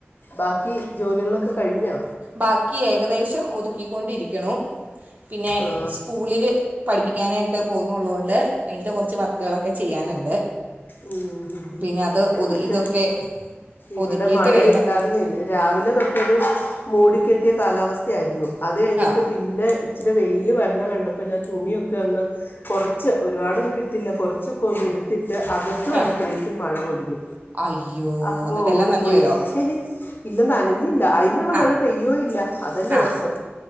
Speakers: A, on the left; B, on the right.
A: ബാക്കി ജോലികളൊക്കെ കഴിഞ്ഞോ
B: ബാക്കി ഏകദേശം ഒതുക്കിക്കൊണ്ടിരിക്കണു പിന്നെ
A: ആ
B: സ്കൂളില് പഠിപ്പിക്കാനായിട്ട് പോകുന്നുള്ളതുകൊണ്ട് അതിൻ്റെ കുറച്ച് വർക്കുകളൊക്കെ ചെയ്യാനുണ്ട്
A: ഉം
B: പിന്നെ അത്
A: ഞങ്ങക്ക
B: ഒതു ഇതൊക്കെ
A: ഇവിടെ
B: ഒതുക്കിയിട്ട്
A: മഴ
B: വേണം
A: ഉണ്ടായിരുന്നില്ലേ രാവിലെ തൊട്ടൊരു മൂടിക്കെട്ടിയ കാലാവസ്ഥയായിരുന്നു അത് കഴിഞ്ഞിട്ട്
B: ആ
A: പിന്നെ ഇച്ചിരി വെയില് വരണം കണ്ടപ്പോൾ ഞാൻ തുണിയൊക്കെ വന്ന് കുറച്ച് ഒരുപാടൊന്നും ഇട്ടില്ല കുറച്ചൊക്കെ ഒന്നും എടുത്തിട്ട് ഇത്ത് വന്നപ്പോഴേക്കും
B: ആ
A: മഴ പൊടിഞ്
B: അയ്യോ
A: അപ്പോ
B: എന്നിട്ട്
A: ഓടി
B: എല്ലാം നനഞ്ഞു
A: പോയി
B: പോയോ
A: ഇല്ലെ നനഞ്ഞില്ല അതിനുള്ള
B: ആ
A: മഴ പെയ്യോ ഇല്ല അതല്ലേ
B: ആ
A: രസം